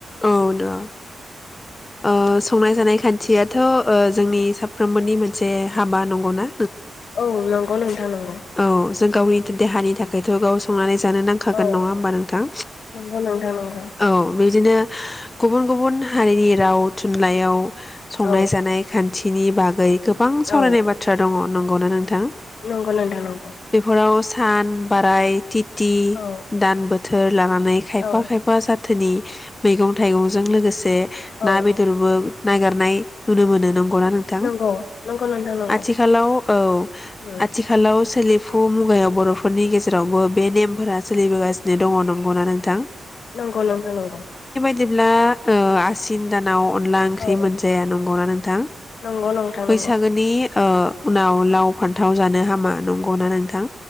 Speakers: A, on the left; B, on the left.
A: औ द' ओ संनाय जानाय खान थियाथ' ओ जोंनि साफ्रोमबोनि मोनसे हाबा नंगौ ना?
B: औ नं <unintelligible> <unintelligible>
A: औ जों गावनि देहानि थाखायथ' गाव संनानै जानो नांखागोन
B: औ
A: नङा होनबा नोंथां
B: नंगौ नोंथां नंगौ
A: औ बिदिनो गुबुन गुबुन हारिनि राव थुनलाइयाव संनाय
B: औ
A: जानाय खान्थि नि बागै गोबां सावरायनाय
B: औ
A: बाथ्रा दङ' नंगौ ना नोंथां
B: नंगौ नोंथां नंगौ
A: बेफोराव सान बाराय तिथि
B: औ
A: दान बोथ थोर लानानै खायफा
B: औ
A: खायफा जा थोनि मैगं थाइगंजों लोगोसे
B: औ
A: ना बेदरबो नागेरनाय नुनो मोनो नं गौना नोंथां
B: नंगौ नंगौ नोंथां नंगौ
A: आथिखालाव औ
B: उम
A: आ लौ सोलिफु मुगायाव बर'फोरनि गेजेरावबो बे नेमफोरा सोलिबोगासिनो दङ नंगौना नोंथां।
B: नंगौ नंथां नंगौ।
A: जेब्ला ओ आसिन दानाव अनला ओंख्रि
B: औ
A: मोनजाया नंगौना नोंथां
B: नंगौ नोंथां
A: बैसागोनि
B: नंगौ
A: ओ उनाव लाव फा थाव जा नो हामा नंगौना नोंथां।